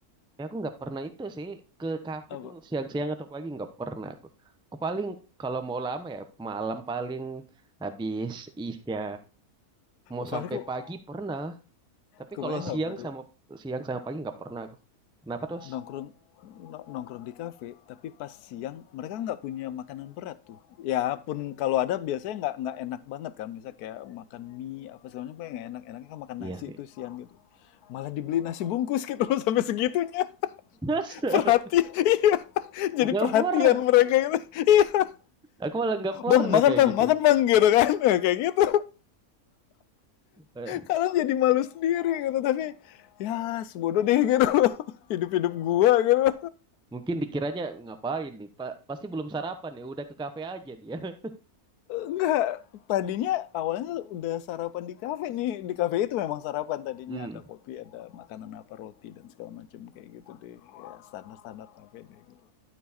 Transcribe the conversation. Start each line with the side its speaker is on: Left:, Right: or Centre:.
Centre: Ya aku nggak pernah itu sih ke kafe
Left: apa
Centre: tuh siang-siang atau pagi nggak pernah aku. Aku paling kalau mau lama ya malam paling habis isya mau
Left: Fahri
Centre: sampai
Left: kok
Centre: pagi pernah. Tapi
Left: kebayang
Centre: kalau
Left: nggak
Centre: siang
Left: Fahri
Centre: sama siang sama pagi nggak pernah aku. Kenapa tuh? Mas?
Left: nongkrong no- nongkrong di kafe tapi pas siang mereka nggak punya makanan berat tuh ya pun kalau ada biasanya nggak nggak enak banget kan misal kayak makan mie apa segala macam kayak nggak enak enaknya kan makan
Centre: Iya
Left: nasi tuh siang gitu malah dibeli nasi bungkus gitu loh <laughs> sampai segitunya
Centre: sih.
Left: perhati
Centre: <laughs>
Left: iya jadi
Centre: Nggak
Left: perhatian
Centre: pernah.
Left: mereka itu iya
Centre: Aku malah nggak pernah
Left: bang makan
Centre: kayak
Left: bang
Centre: gitu.
Left: makan bang gitu kan Nah, kayak gitu
Centre: Eh,
Left: kalian jadi malu sendiri gitu tapi ya sebodoh deh gitu loh hidup hidup gua gitu
Centre: mungkin dikiranya ngapain nih, Pak? Pasti belum sarapan ya, udah ke kafe aja dia. <laughs>
Left: Enggak, tadinya awalnya udah sarapan di kafe nih. Di kafe itu memang sarapan tadinya
Centre: Hmm,
Left: ada kopi, ada makanan apa roti dan segala macam kayak gitu deh. Ya, standar-standar kafe deh gitu.